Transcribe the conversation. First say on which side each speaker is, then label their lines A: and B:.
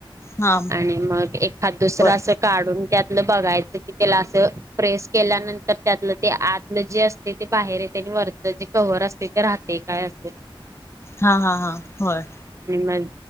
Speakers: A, on the left (about 30°); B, on the right (about 35°).
A: हा
B: आणि मग एखादं दुसरं
A: बर
B: असं काढून त्यातलं बघायचं की त्याला असं प्रेस केल्यानंतर त्यातलं ते आतलं जे असतय ते बाहेर येतय आणि वरच जे कव्हर असतय ते राहते काय असते
A: हा हा हा होय.
B: आणि मग